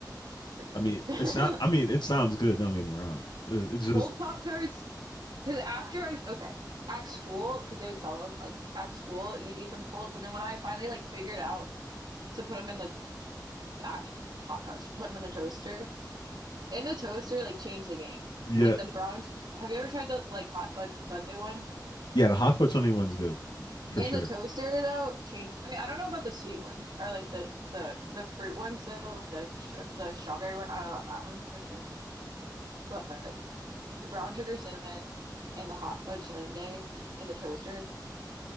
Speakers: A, on the right; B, on the left.
A: pretty
B: I
A: good.
B: mean, it's not. I mean, it sounds good. Don't get me wrong. Uh,
A: <laughs>
B: It- It's
A: Cold
B: just
A: Pop Tarts. Because after I, okay, at school, because they would sell them, like at school, you'd eat them cold. But then when I finally like figured out to put them in the actual Pop Tarts, to put them in the toaster, in the toaster, like changed the game.
B: yeah,
A: Like the brown, have you ever tried the like hot fudge sundae one?
B: yeah. The hot for twenty one's good for
A: In
B: sure.
A: the toaster though, change. I mean, I don't know about the sweet ones or like the the the fruit ones. So the sh the strawberry one, I don't know about that one in the toaster. But the brown sugar cinnamon and the hot fudge sundae in the toaster